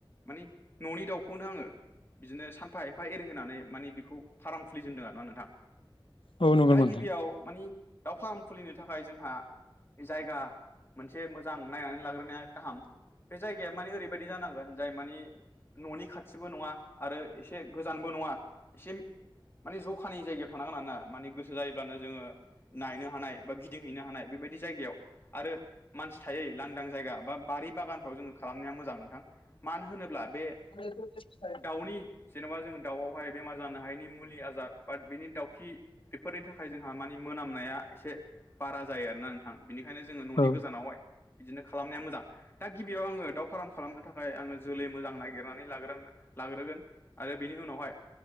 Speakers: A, on the left; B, on the left.
A: मानि न'नि दाउखौनो आङो बिदिनो सानफा एफा एरि होनानै मानि बेखौ फाराम खुलिजेनदों आरो ना नोंथां।
B: औ नंगौ
A: दा
B: नोंथां
A: गिबियाव मानि दाउ फार्म खुलिनो थाखाय जोंहा बे जायगा मोनसे मोजां नायनानै लाग्रोनाया गाहाम। बे जायगाया माने ओरैबायदि जानांगोन। जाय मानि न'नि खाथिबो नङा आरो एसे गोजानबो नङा एसे मानि जखानि जायगायाव थानांगोन आर ना माने गोसो जायोब्लानो जोङो नायनो हानाय बा गिदिंहैनो हानाय बेबायदि जायगायाव आरो मानसि थायो लांदां जायगा बा बारि बागानफ्राव जोङो खालामनाया मोजां नोंथां। मानो होनोब्ला बे
B: <unintelligible>
A: दाउनि जेनेबा जोंङ दाउआवहाय बेमार जानो हायिनि मुलि आजार बा बेनि दाउखि बेफोरनि थाखाय जोंहा मानि मोनामनाया एसे बारा जायो आरोना नोंथां बेनिखायनो जोङो न'नि
B: औ
A: गोजानावहाय बिदिनो खालामनाया मोजां दा गिबियाव आङो दाउ फार्म खालामनो था ओमाय आङो जोलै मोजां नागिरनानै लाग्रो लाग्रोगोन आरो बेनि उनावहाय